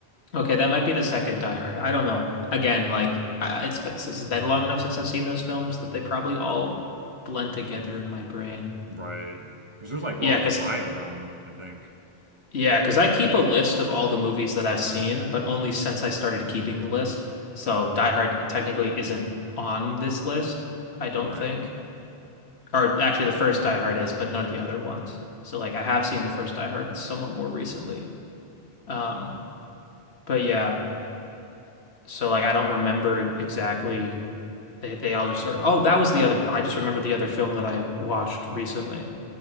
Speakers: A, on the left (about 80°); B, on the right (about 30°).
A: Okay, that might be the second Die Hard. I don't know. Again, like I- it's been, it's been long enough since I've seen those films that they probably all blend together in my brain.
B: <laughs> right? Because there's like
A: Yeah,
B: what, like
A: because
B: five of them, I think,
A: yeah, because I keep a list of all the movies that I've seen, but only since I started keeping the list. So Die Hard technically isn't on this list, I don't
B: right?
A: think. Or actually, the first Die Hard is, but none of the other ones. So like, I have seen the first Die Hard somewhat more recently. Um, but yeah, so like, I don't remember exactly they they all just sort of oh that was the other film I just remember the other film that I had watched recently.